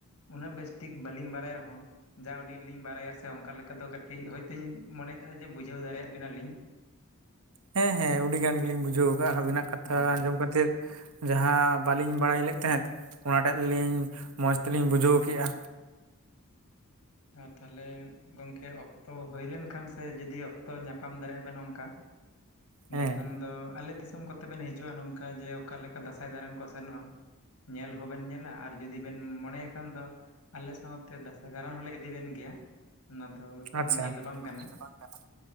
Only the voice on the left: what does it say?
ᱩᱱᱟᱹᱜ ᱵᱮᱥᱴᱷᱤᱠ ᱵᱟᱹᱞᱤᱧ ᱵᱟᱲᱟᱭ ᱨᱮᱦᱚᱸ ᱡᱟ ᱟᱹᱰᱤᱡᱞᱤᱧ ᱵᱟᱲᱟᱭᱟ ᱥᱮ ᱚᱱᱠᱟ ᱞᱮᱠᱟ <unintelligible> ᱠᱟᱹᱴᱤᱡ ᱦᱳᱭᱛᱚᱧ ᱢᱚᱱᱮ ᱠᱮᱫᱼᱟ ᱡᱮ ᱵᱩᱡᱷᱟᱹᱣ ᱫᱟᱲᱮᱭᱟᱫ ᱵᱮᱱᱟᱞᱤᱧ ᱾
ᱦᱳᱭ
ᱟᱨ
ᱟᱨ ᱛᱟᱦᱚᱞᱮ ᱜᱚᱝᱠᱮ ᱚᱠ ᱛᱚ ᱦᱩᱭ ᱞᱮᱱ ᱠᱷᱟᱱ ᱥᱮ ᱡᱩᱫᱤ ᱚᱠᱛᱚ ᱧᱟᱯᱟᱢ ᱫᱟᱲᱮᱭᱟᱜᱼᱟ ᱵᱮᱱ ᱚᱱᱠᱟ ᱮᱸᱰᱮᱠᱷᱟᱱ
ᱫᱚ ᱟᱞᱮ ᱫᱤᱥᱚᱢ ᱠᱚᱛᱮ ᱵᱮᱱ ᱦᱤᱡᱩᱜᱼᱟ ᱱᱚᱝᱠᱟ ᱡᱮ ᱚᱠᱟ ᱞᱮᱠᱟ ᱫᱟᱸᱥᱟᱭ ᱫᱟᱬᱟᱱ ᱠᱚ ᱥᱮᱱᱚᱜᱼᱟ ᱾ ᱧᱮᱞ ᱦᱚᱸ ᱵᱮᱱ ᱧᱮᱞᱟ ᱟᱨ ᱡᱩᱫᱤ ᱵᱮᱱ ᱢᱚᱱᱮ ᱠᱷᱟᱱ ᱫᱚ ᱟᱞᱮ ᱥᱟᱶᱛᱮ ᱫᱟᱸᱥᱟᱭ ᱫᱟᱬᱟᱱ ᱦᱚᱞᱮ ᱤᱫᱤ ᱵᱤᱱ ᱜᱮᱭᱟ ᱚᱱᱟ ᱫᱚ ᱠᱳᱱᱳ
ᱤᱭᱟᱹ ᱫᱚ ᱵᱟᱝ
ᱠᱟᱱᱟ